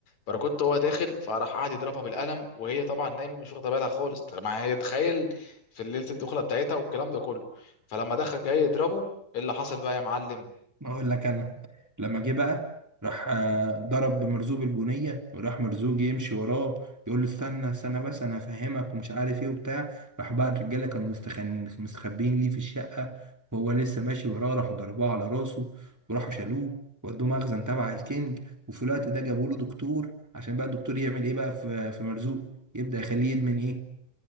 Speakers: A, on the left (about 55°); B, in the centre.
A: باراكوت هو داخل فراح قعد يضربها بالقلم وهي طبعا نايمه مش واخده بالها خالص طب ما هي تخيل في ليله الدخله بتاعتها والكلام ده كله فلما دخل جاي يضربه ايه اللي حصل بقى يا معلم
B: اقول لك انا لما جه بقى راح آه، ضرب مرزوق البنيه وراح مرزوق يمشي وراه يقول له استنى استنى بس انا هفهمك ومش عارف ايه وبتاع راح بقى الرجاله كانوا مستخن... مستخبين ليه في الشقه وهو لسه ماشي وراه راحوا ضربوه على راسه وراحوا شالوه ودوه مخزن تبع الكينج وفي الوقت ده جابوا له دكتور عشان بقى الدكتور يعمل ايه بقى في في مرزوق يبدا يخليه يدمن ايه